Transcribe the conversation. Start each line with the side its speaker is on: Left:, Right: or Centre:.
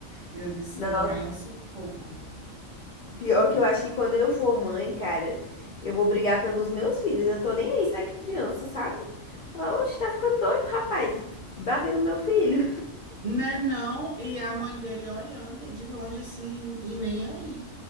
Right: E eu disse,
Left: Não,
Right: foi o maior sufoco.
Left: Pior que eu acho que quando eu for mãe, cara, eu vou brigar pelos meus filhos. Eu tô nem aí se é criança, sabe? Falar, oxe, tá ficando doido, rapaz. Bater no meu filho.
Right: Né, não? E a mãe dele olhando de longe assim, e nem aí.